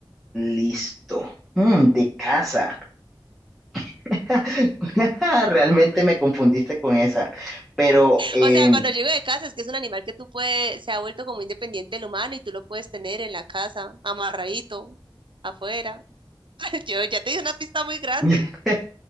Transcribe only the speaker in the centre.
Listo. Mm, de casa. <laughs> Realmente me confundiste con esa. Pero eh,
<laughs>